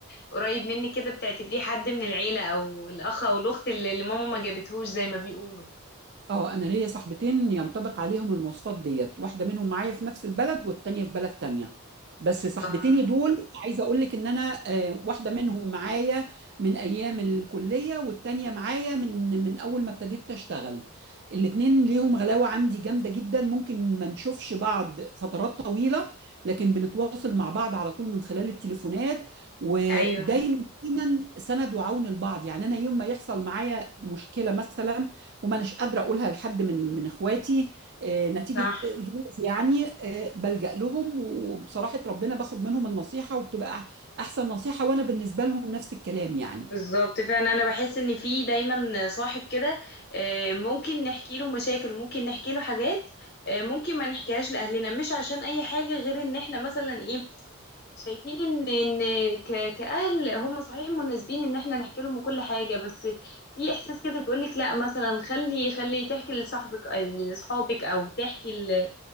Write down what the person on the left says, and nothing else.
قريب منك كده بتعتبريه حد من العيله او الاخ او الاخت اللي اللي ماما ما جابتهوش زي ما بيقولوا
اه
ايوه
صح
بالظبط فعلا انا بحس ان في دايما صاحب كده آه، ممكن نحكي له مشاكل ممكن نحكي له حاجات آه، ممكن ما نحكيهاش لاهلنا مش عشان اي حاجه غير ان احنا مثلا ايه شايفين ان ان ك- كاهل هم صحيح مناسبين ان احنا نحكي لهم كل حاجه بس في احساس كده بيقول لك لا مثلا خلي خلي تحكي لصاحبك لاصحابك او تحكي ل-